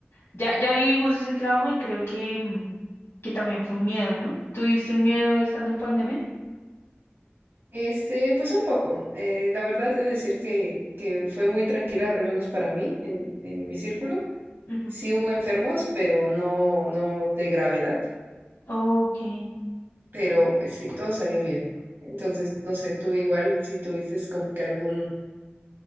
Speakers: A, on the left (about 80°); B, on the right (about 55°).
A: Ya, ya vivimos ese trauma y creo que, mm, que también fue un miedo, ¿no? ¿Tuviste un miedo estando en pandemia?
B: Este, pues un poco. Eh, la verdad, debo decir que, que fue muy tranquila, al menos para mí, en, en mi círculo.
A: Ujú.
B: Sí hubo enfermos, pero no, no de gravedad,
A: Okay.
B: pero pues sí, todo salió bien. Entonces, no sé, tú igual, si tuviste como que algún